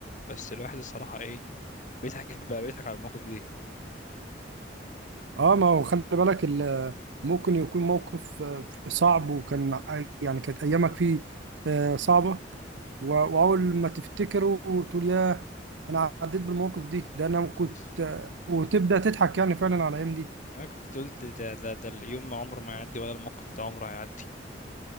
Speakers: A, on the left; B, on the right.
A: بس الواحد الصراحه ايه بيضحك بقى بيضحك على المواقف دي
B: اه ما هو خلي بالك ال... ممكن يكون موقف آه، صعب وكان ع- يعني كانت ايامك فيه آه، صعبه و... واول ما تفتكره وتقول ياه انا عديت بالمواقف دي ده انا كنت
A: آه.
B: آه، وتبدا تضحك يعني فعلا على الايام دي
A: انا كنت قلت ده, ده ده اليوم ما عمره ما يعدي ولا الموقف ده عمره هيعدي